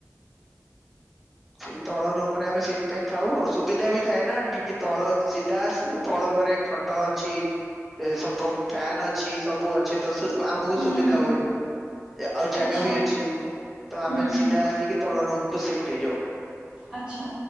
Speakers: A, in the centre; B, on the right.
A: ସେଇ ତଳ ରୁମ ରେ ଆମେ ସେଇଥି ପାଇଁ ଥାଉ ଆଉ ସୁବିଧା ବି ଥାଏ ନା ଆଣ୍ଟି ତଳ ସିଧା ଆସିଲୁ। ତଳ ଘରେ ଖଟ ଅଛି ଏ ସବ ଫ୍ୟାନ ଅଛି ସବୁ ଅଛି। ଛି ତ ସେ ଆମକୁ
B: ହୁଁ
A: ସୁବିଧା ହୁଏ ଆଉ ଜାଗା
B: ଆଚ୍ଛା
A: ବି ଅଛି। ତ ଆମେ
B: ହୁଁ
A: ସିଧା ଆସିକି ତଳ ରୁମକୁୁ ସିଫ୍ଟ ହେଇଯାଉ।
B: ଆଚ୍ଛା